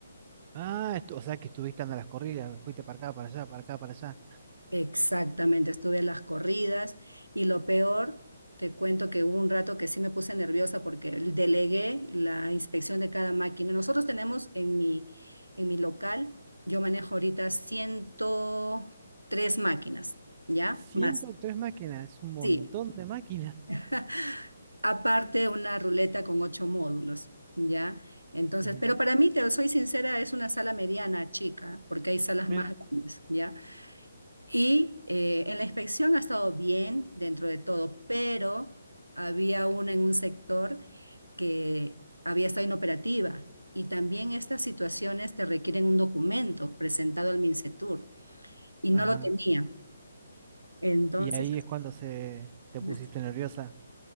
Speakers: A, on the right; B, on the right.
A: Ah, estu- o sea que estuviste andando a las corridas, fuiste para acá, para allá, para acá, para allá.
B: Exactamente, estuve en las corridas y lo peor, te cuento que hubo un rato que sí me puse nerviosa porque delegué la inspección de cada máquina. Nosotros tenemos en mi, en mi local, yo manejo ahorita ciento tres máquinas, ¿ya?
A: 103
B: Más,
A: máquinas, es un montón
B: sí.
A: de máquinas.
B: <laughs> Aparte una ruleta con ocho módulos, ¿ya? Entonces,
A: Ujú,
B: pero para mí, te soy sincera, es una sala mediana, chica, porque hay salas
A: Mira,
B: más grandes, ya Y eh, en la inspección ha estado bien dentro de todo, pero había una en un sector que había estado inoperativa. Y también estas situaciones te requieren un documento presentado al MINCETUR y
A: ajá.
B: no lo tenía. Entonces,
A: Y ahí es cuando se te pusiste
B: es-
A: nerviosa.